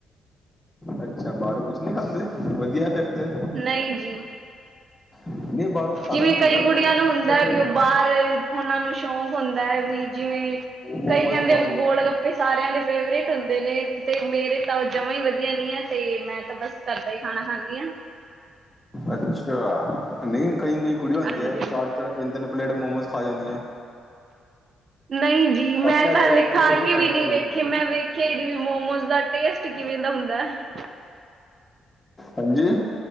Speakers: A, on the left; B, on the right.
A: ਅੱਛਾ ਬਾਹਰੋਂ ਕੁਛ ਨੀ ਖਾਂਦੇ, ਵਧੀਆ ਫਿਰ ਤੇ।
B: ਨਹੀਂ ਜੀ।
A: ਨਹੀਂ ਬਾਹਰੋਂ ਖਾਣਾ
B: ਜਿਵੇਂ
A: ਵੀ ਨਹੀਂ
B: ਕਈ
A: ਚਾਹੀਦਾ
B: ਕੁੜੀਆਂ
A: ਪਰ
B: ਨੂੰ ਹੁੰਦਾ,
A: ਕਦੇ
B: ਵੀ ਉਹ ਬਾਹਰ। ਉਹਨਾਂ ਨੂੰ ਸ਼ੌਂਕ ਹੁੰਦਾ ਹੈ, ਵੀ ਜਿਵੇਂ
A: ਮੋਮੋਸ
B: ਕਈ ਕਹਿੰਦੇ
A: ਖਵਾ
B: ਵੇਂ
A: ਦੋ
B: ਗੋਲ ਗੱਪੇ। ਸਾਰਿਆਂ ਦੇ ਫੇਵਰੇਟ ਹੁੰਦੇ ਨੇ, ਤੇ ਮੇਰੇ। ਤਾਂ ਉਹ ਜਮਾ ਹੀ ਵਧੀਆ ਨੀ ਹੈ, ਤੇ ਮੈਂ ਤਾਂ ਬਸ ਘਰ ਦਾ ਹੀ ਖਾਣਾ ਖਾਂਦੀ ਹਾਂ।
A: ਅੱਛਾ ਨਹੀ। ਕਈ ਕਈ ਕੁੜੀਆਂ ਹੁੰਦੀਆਂ,
B: ਹਾਂਜੀ
A: ਚਾਰ ਚਾਰ ਤਿੰਨ ਤਿੰਨ ਪਲੇਟ ਮੋਮੋਸ ਖਾ ਜਾਂਦੀਆਂ ਹੈ।
B: ਨਹੀਂ ਜੀ, ਮੈਂ
A: ਆਪਣੇ ਇੱਧਰ
B: ਤਾਂ ਲਿਖਾ
A: ਮੈਂ ਬਥੇਰੀ
B: ਕੇ
A: ਸੈਂਪਲ
B: ਵੀ ਨਹੀਂ ਵੇਖੇ,
A: ਵੇਖੀਆਂ
B: ਮੈਂ ਵੇਖ ਖੇ ਵੀ ਨਹੀ, ਮੋਮੋਜ਼ ਦਾ ਟੇਸਟ ਕਿਵੇਂ ਦਾ ਹੁੰਦਾ ਹੈ।
A: ਹਾਂਜੀ